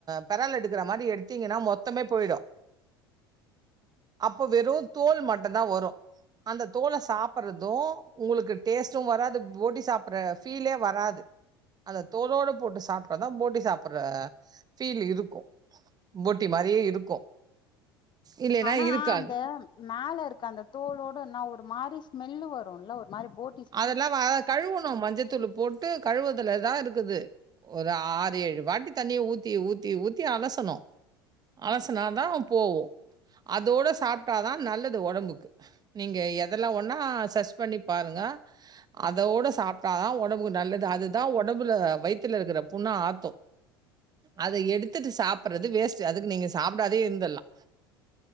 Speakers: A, on the right; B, on the left.
A: பெரால் எடுக்குற மாரி எடுத்தீங்கன்னா மொத் தமே போயிடு அப்போ வெறு தோல் மட்டுந்தா வரு அந்த தோல சாப்டறதும் உங்களுக்கு டேஸ்ட்டும் வராது போட்டி சாப்ட்ற ஃபீலே வராது அந்த தோலோடு போட்டு சாப் அப்ப தா போட்டி சாப்ட்ற ஃபீல் இருக்கும் போட்டி மாரியே இருக்கு இல்லைன்னா
B: ஆனா
A: இருக்காது
B: அந்த மேல இருக்க அந்த தோலோட என்னா ஒரு மாரி ஸ்மெல்லு வரும்ல ஒரு மாரி போட்
A: அதெல்லா வா கழுவணு மஞ்சத்தூள் போட்டு கழுவுதுலதா இருக்குது ஒரு ஆறு ஏழு வாட்டி தண்ணியே ஊத்தி ஊத்தி ஊத்தி அலசணு அலசுனா தா போவு அதோடு சாப்ட்டா தா நல்லது ஒடம்புக்கு நீங்க எதெல்லா ஒன்னா சஸ் பண்ணி பாருங்க அதோட சாப்ட்டா தா ஒடம்புக்கு நல்லது அதுதான் உடம்பல வயித்துல இருக்குற புண்ண ஆத்து அத எடுத்துட்டு சாப்பர்றது வேஸ்ட்டு அதுக்கு நீங்க சாப்பிடாதே இருந்திர்லா